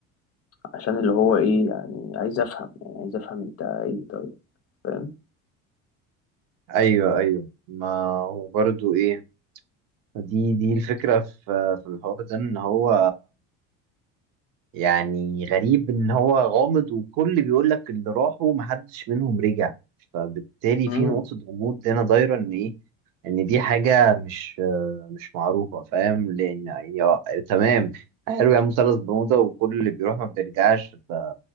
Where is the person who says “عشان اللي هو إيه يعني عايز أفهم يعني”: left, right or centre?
Left